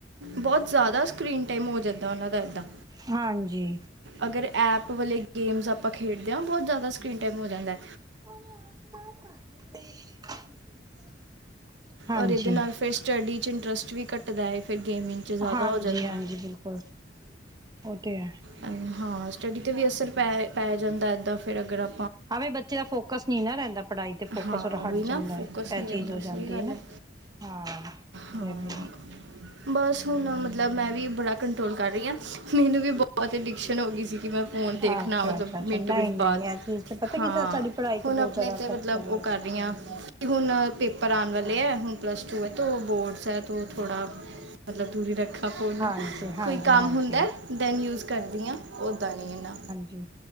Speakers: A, on the right; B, on the right.
A: ਬੋਤ ਜਾਦਾ ਸਕਰੀਨ ਟਾਈਮ ਹੋ ਜਾਂਦਾ ਓਨਾਂ ਦਾ ਏਦਾਂ।
B: ਹਾਂਜੀ।
A: ਅਗਰ ਐਪ ਵਾਲੇ ਗੇਮਸ ਆਪਾਂ ਖੇਡਦੇ ਆ, ਬੋਤ ਜਾਦਾ ਸਕਰੀਨ ਟੈਮ ਹੋ ਜਾਂਦਾ।
B: <unintelligible> ਹਾਂਜੀ
A: ਔਰ ਇਦੇ ਨਾਲ ਫਿਰ ਸਟੱਡੀ ਚ ਇੰਟਰਸਟ ਵੀ ਘੱਟਦਾ ਏ ਫਿਰ ਗੇਮਿੰਗ 'ਚ ਜ਼ਿਆਦਾ
B: ਹਾਂਜੀ-ਹਾਂਜੀ,
A: ਹੋ ਜਾਂਦਾ ਹੈ
B: ਬਿਲਕੁੱਲ ਓ ਤੇ ਹੈ।
A: ਐਂਡ ਹਾਂ ਸਟੱਡੀ ਤੇ ਵੀ ਅਸਰ ਪੈ-ਪੈ ਜਾਂਦਾ ਇੱਦਾਂ ਫਿਰ ਅਗਰ ਆ
B: ਹਵੇ ਬੱਚੇ ਦਾ ਫੋਕਸ ਨੀ ਨਾ ਰੈਂਦਾ ਪੜ੍ਹਾਈ ਤੇ, ਫੋਕਸ
A: ਹਾਂ
B: ਓਦਾ
A: ਉਹੀ
B: ਹਟ
A: ਨਾ
B: ਜਾਂਦਾ
A: ਫੋਕਸ
B: ਏ, ਐ
A: ਨਹੀਂ ਰਹਿੰਦਾ
B: ਚੀਜ਼ ਹੋ ਜਾਂਦੀ
A: ਸਹੀ ਗੱਲ
B: ਐ ਨਾ।
A: ਹੈ
B: ਹਾ,
A: ਹਾਂ
B: ਏ, ਵੀ।
A: ਬਸ ਹੁਣ ਮਤਲਬ ਮੈਂ ਵੀ ਬੜਾ ਕੰਟਰੋਲ ਕਰ ਰੀ ਆ, ਮੈਨੂੰ ਵੀ ਬੋਤ ਅਡਿਕਸ਼ਨ ਹੋਗੀ ਸੀ ਕੀ ਮੈਂ ਫ਼ੋਨ ਦੇਖਣਾ
B: ਅੱਛਾ-ਅੱਛਾ-ਅੱਛਾ
A: ਮਤਲਬ ਮਿੰਟ
B: ਨਈ-ਨਈ
A: ਮਿੰਟ ਬਾਅਦ
B: ਐ ਚੀਜ਼ ਤੇ ਪਤਾ
A: ਹਾਂ
B: ਕਿ, ਸਾਡੀ ਪੜ੍ਹਾਈ ਤੇ
A: ਹੁਣ ਆਪਣੇ
B: ਬੋਤ ਜ਼ਿਆਦਾ
A: 'ਤੇ
B: ਅਸਰ
A: ਮਤਲਬ
B: ਪੈਂਦਾ।
A: ਉਹ ਕਰ
B: <unintelligible>
A: ਰਹੀ ਹਾਂ ਹੁਣ ਪੇਪਰ ਆਉਣ ਵਾਲੇ ਐ, ਹੁਣ ਪਲੱਸ ਟੂ ਐ, ਤੋ ਬੋਰਡਸ ਹੈ ਤੋ ਥੋੜ੍ਹਾ ਮਤਲਬ ਦੂਰੀ ਈ ਰੱਖਾ ਫੋਨ ਨੂੰ,
B: ਹਾਂਜੀ ਹਾਂਜੀ
A: ਕੋਈ ਕੰਮ
B: ਹਾਂਜੀ
A: ਹੁੰਦਾ ਦੈਨ ਯੂਜ਼ ਕਰਦੀਆਂ ਓਦਾ ਨੀ ਇਨਾਂ।
B: ਜੀ।